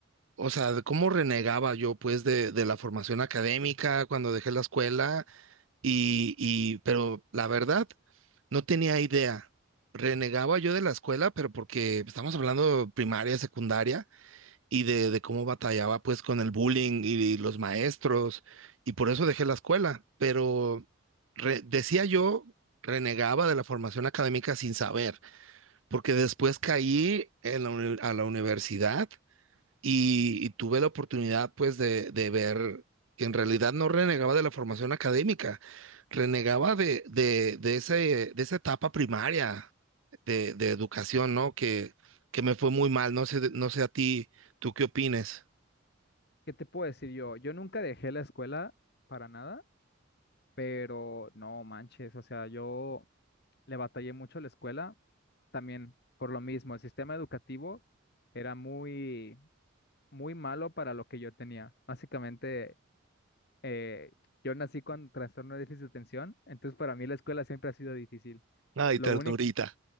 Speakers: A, on the right (about 70°); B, on the left (about 50°).
A: o sea, de cómo renegaba yo, pues, de, de la formación académica cuando dejé la escuela. Y, y, pero la verdad, no tenía idea. Renegaba yo de la escuela, pero porque estamos hablando de primaria, secundaria. y de, de cómo batallaba pues con el bullying y los maestros, y por eso dejé la escuela, pero re- decía yo, renegaba de la formación académica sin saber, porque después caí en la uni- a la universidad y, y tuve la oportunidad pues de, de ver que en realidad no renegaba de la formación académica, renegaba de, de, de, ese, de esa etapa primaria de, de educación, ¿no? Que, que me fue muy mal, no sé, no sé a ti, ¿tú qué opines?
B: ¿Qué te puedo decir yo? Yo nunca dejé la escuela para nada, pero no manches, o sea, yo le batallé mucho a la escuela también por lo mismo. El sistema educativo era muy, muy malo para lo que yo tenía. Básicamente, eh, yo nací con trastorno de déficit de atención, entonces para mí la escuela siempre ha sido difícil.
A: Ay,
B: Lo
A: ternurita,
B: único